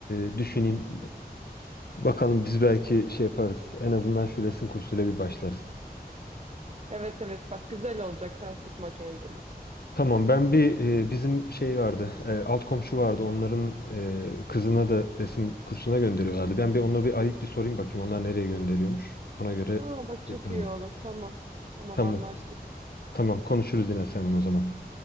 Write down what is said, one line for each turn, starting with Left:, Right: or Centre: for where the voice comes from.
Left: e, düşüneyim. E, bakalım biz belki şey yaparız. En azından şu resim kursuyla bir başlarız.
Right: Evet evet bak güzel olacak sen sıkma kendini.
Left: Tamam ben bir e, bizim şey vardı. e, alt komşu vardı. Onların e, kızına da resim kursuna gönderiyorlardı. Ben bir onlara bir arayıp bir sorayım bakayım onlar nereye gönderiyormuş. Ona göre
Right: Aa bak
Left: şey
Right: çok
Left: yaparım.
Right: iyi olur tamam. Tamam
Left: Tamam.
Right: anlaştık.
Left: Tamam konuşuruz yine seninle o zaman.